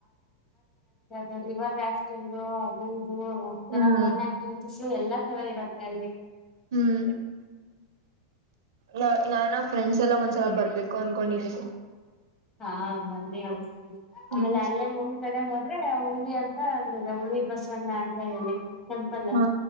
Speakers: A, on the left (about 20°); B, on the right (about 75°).
A: ದು ರಿವರ್ ರಾಫ್ಟಿಂಗ್ ಅದ ಅನ್ಇಂಟೆಜಿಬಲ್ ಇದು ಒಂತರ
B: ಹ್ಮ್
A: ಫನ್ ಆಕ್ಟಿವಿಟೀಸ್ ಎಲ್ಲ ಚೆನ್ನಾಗಿ ಇರುತ್ತೆ ಅಲ್ಲಿ
B: ಹ್ಮ್ ನ ನಾನ ಫ್ರೆಂಡ್ಸ್ ಎಲ್ಲ ಒಂದ್ಸಲ ಬರ್ಬೇಕು ಅನ್ಕೊಂಡಿ ಇದೀವಿ
A: ಹಾ ಬನ್ನಿ ಆಮೇಲೆ
B: ಹ್ಮ್
A: ಅಲ್ಲೇ ಮುಂದ ಕಡೆ ಹೋದ್ರೆ ಉಳಿವಿ ಅಂತ ಒಂದಿದೆ ಉಳಿ ಬಸವಣ್ಣ ಅಂತ ಹೇಳಿ ಸಂಪಲ್ಲ
B: ಹಾ